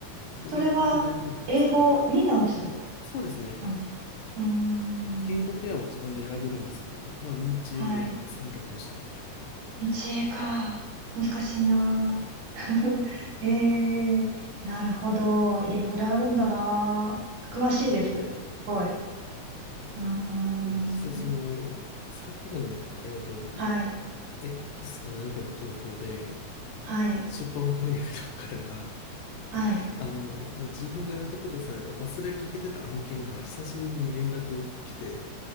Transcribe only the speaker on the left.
それを受けてるぐらいですね。
そうですね。
言語ペアは自分で選べるんですけど、僕は日英で選択をしたので。
いやーでも実際その、
最近もね、えっと、
X か何かの投稿で、
出版翻訳の方が、
あの、もう自分がやったことさえ忘れかけてた案件が久しぶりに連絡を来て、